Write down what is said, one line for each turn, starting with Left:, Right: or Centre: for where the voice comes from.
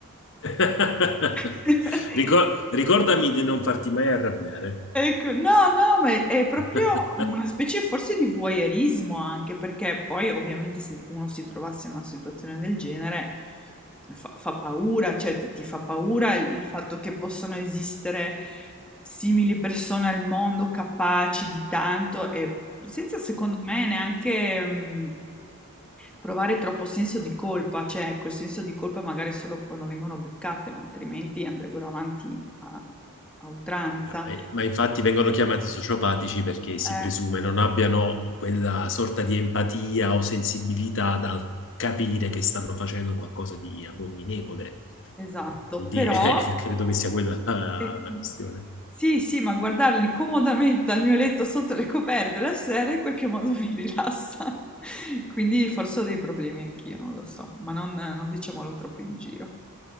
Left: <laughs>
Centre: <laughs>
Left: Ricor- ricordami di non farti mai arrabbiare.
Centre: Ecco, no, no, ma è, è proprio
Left: <laughs>
Centre: una specie forse di voyeurismo anche, perché poi ovviamente se uno si trovasse in una situazione del genere fa, fa paura, cioè ti, ti fa paura il, il fatto che possano esistere simili persone al mondo capaci di tanto e senza secondo me neanche mm, provare troppo senso di colpa, cioè ecco, il senso di colpa magari solo quando vengono beccate, ma altrimenti andrebbero avanti a a oltranza.
Left: Eh, eh, Ma infatti vengono chiamati sociopatici perché si
Centre: Eh,
Left: presume non abbiano quella sorta di empatia o sensibilità da capire che stanno facendo qualcosa di abominevole.
Centre: esatto,
Left: Quindi
Centre: però
Left: <laughs> eh, credo che sia quella la,
Centre: eh,
Left: la questione.
Centre: sì, sì, ma guardarli comodamente al mio letto sotto le coperte la sera in qualche modo mi rilassa. <laughs> Quindi forse ho dei problemi anch'io, non lo so, ma non, non diciamolo troppo in giro.